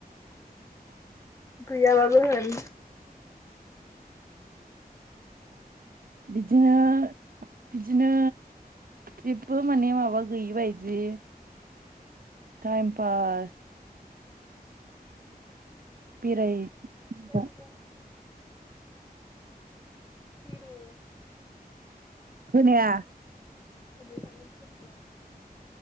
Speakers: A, on the left; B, on the right.
A: गैयाबाबो होन
B: बिदिनो बिदिनो जेब्बो माने माबा गैयि बायदि थाइम फास बिराय <unintelligible>
A: अबाव थाङो
B: खोनाया
A: अबाव थाङो खबर खालाम